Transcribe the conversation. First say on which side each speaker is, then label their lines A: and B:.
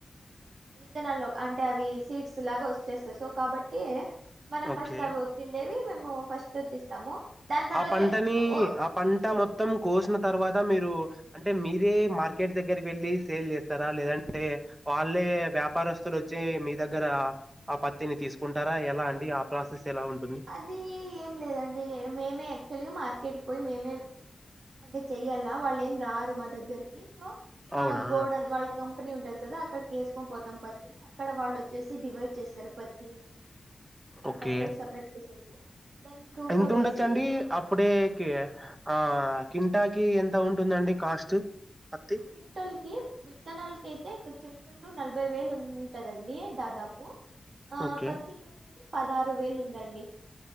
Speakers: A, on the right; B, on the right.
A: త్తనాలో అంటే అవి సీడ్స్ లాగా వచ్చేస్తాయి సో కాబట్టి మనం ఫస్ట్
B: ఓకే.
A: అవి వచ్చిండేవి మేము ఫస్ట్తిస్తాము దాని తర్వాత
B: ఆ పంటని
A: ఓ
B: ఆ పంట మొత్తం కోసిన తర్వ మీరు అంటే మీరే మార్కెట్ దగ్గరికి వెళ్ళి సేల్ చేస్తారా లేదంటే వాళ్ళే వ్యాపారస్తులు వచ్చి మీ దగ్గర ఆ పత్తిని తీసుకుంటారా ఎలా అండి ఆ ప్రాసెస్ ఎలా ఉంటుంది
A: అది ఏం లేదండి మేమే యాక్చువల్గా మార్కెట్ పోయి మేమే అంటే చెయ్యాల వాళ్ళ ఏం రారు మా దగ్గరికి సో మా
B: అవునా
A: గోడన్ వాళ్ళ కం పత్తి ఉంటది కదా అక్కడికి ఏసుకొని పోతాం పత్తిని అక్కడ వాళ్ళు వచ్చేసి డివైడ్ చేస్తారు పత్తిని
B: ఓకే
A: సపరేట్ సపరేట్ చేసేసి దాన్ని తూకం
B: ఎంత
A: వేసి
B: ఉండొచ్చ అండి
A: తూ
B: అప్పుడేకి ఆ కింటాకి ఎంత ఉంటుందండి కాస్ట్ పత్తి
A: క్వింటల్ కి విత్తనాలకి అయితే క్వింటల్ నలభై వేలు ఉంటదండి దాదాపు ఆ
B: ఓకే
A: పత్తికి వచ్చేసి పదహారు వేలు ఉందండి